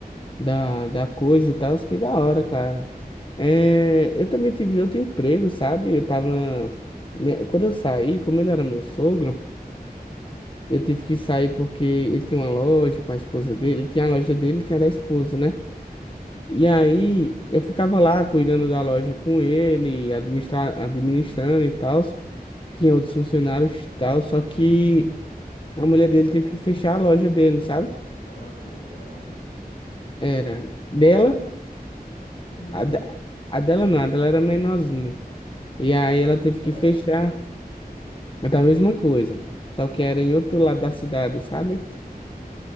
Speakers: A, on the left (about 30°); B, on the left (about 65°).
A: da, da coisa e tal, isso que da hora, cara. É, eu também tive outro emprego, sabe? Eu tava. me- Quando eu saí, como ele era meu sogro. Eu tive que sair porque ele tinha uma loja com a esposa dele, ele tinha a loja dele, e tinha a da esposa, né? E aí eu ficava lá cuidando da loja com ele, administra- administrando e tal. Tinha outros funcionários e tal, só que a mulher dele teve que fechar a loja dele, sabe?
B: Era grande, era a loja.
A: Era dela,
B: Sim, a
A: a,
B: dela?
A: de- a dela não, a dela era menorzinha. E aí ela teve
B: A dela
A: que fechar
B: era de quê?
A: Mas da mesma coisa, só que
B: Sim,
A: era
B: era
A: em outro
B: de.
A: lado da cidade, sabe?
B: Uhum.